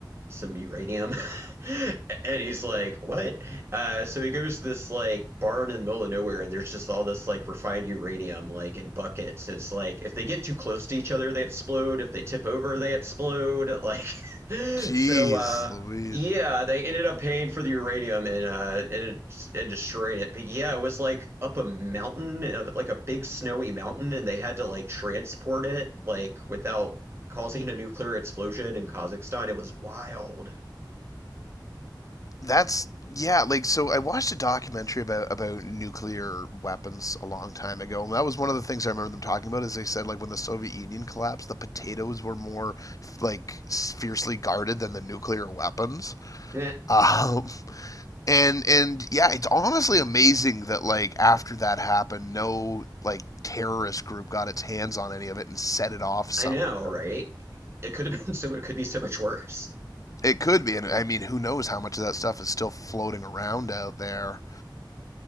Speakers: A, on the right; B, on the left.
A: some uranium. <laughs> and he's like, what? Uh, so he goes to this like barn in the middle of nowhere, and there's just all this like refined uranium like in buckets. It's like if they get too close to each other, they explode. If they tip over, they explode. Like, <laughs>
B: Jeez,
A: so uh,
B: Louise.
A: yeah, they ended up paying for the uranium and uh, and, and destroying it. But yeah, it was like up a mountain, uh, like a big snowy mountain, and they had to like transport it like without causing a nuclear explosion in Kazakhstan. It was wild.
B: That's yeah, like so I watched a documentary about about nuclear weapons a long time ago, and that was one of the things I remember them talking about is they said like when the Soviet Union collapsed, the potatoes were more like fiercely guarded than the nuclear weapons. <laughs>
A: Eh,
B: Um, and and yeah, it's honestly amazing that like after that happened, no like terrorist group got its hands on any of it and set it off somewhere.
A: I know, right? It could have been <laughs> so, it could be so much worse.
B: It could be, and I mean, who knows how much of that stuff is still floating around out there?